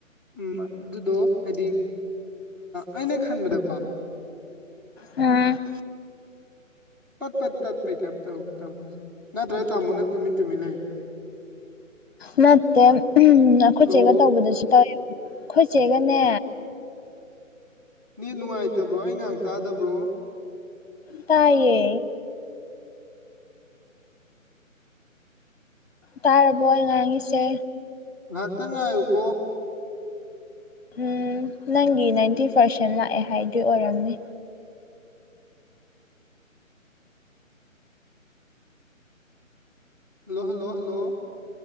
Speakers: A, in the centre; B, on the left.
A: ꯎꯝ ꯑꯗꯨꯗꯣ ꯍꯥꯏꯗꯤ ꯑꯩꯅ ꯈꯟꯕꯗꯀꯣ
B: ꯎꯝ
A: ꯄꯠ ꯄꯠ ꯇꯠ ꯄꯩ ꯇꯥꯏꯞ ꯇꯧꯋꯦ ꯇꯥꯃꯣꯁꯦ ꯅꯠꯇ꯭ꯔꯒ ꯇꯥꯃꯣꯅ ꯇꯨꯃꯤꯟ ꯇꯨꯃꯤꯟ ꯂꯩ
B: ꯅꯠꯇꯦ ꯑꯩꯈꯣꯏ
A: ꯍꯜꯂꯣ
B: ꯆꯦꯒ ꯇꯧꯕꯗꯁꯨ ꯇꯧꯋꯦ ꯑꯩꯈꯣꯏ ꯆꯦꯒꯅꯦ
A: ꯅꯤꯠ ꯅꯨꯡꯉꯥꯏꯇꯕ꯭ꯔꯣ ꯑꯩ ꯉꯍꯥꯛ ꯇꯥꯗꯕ꯭ꯔꯣ
B: ꯇꯥꯏꯌꯦ ꯇꯥꯔꯕꯣ ꯑꯩ ꯉꯥꯡꯉꯤꯁꯦ
A: ꯉꯥꯏꯍꯥꯛꯇꯪ ꯉꯥꯏꯌꯨꯀꯣ
B: ꯎꯝ ꯅꯪꯒꯤ ꯅꯥꯏꯟꯇꯤ ꯄꯥꯔꯁꯦꯟ ꯂꯥꯛꯑꯦ ꯍꯥꯏꯗꯨ ꯑꯣꯏꯔꯝꯅꯤ
A: ꯍꯜꯂꯣ ꯍꯜꯂꯣ ꯍꯜꯂꯣ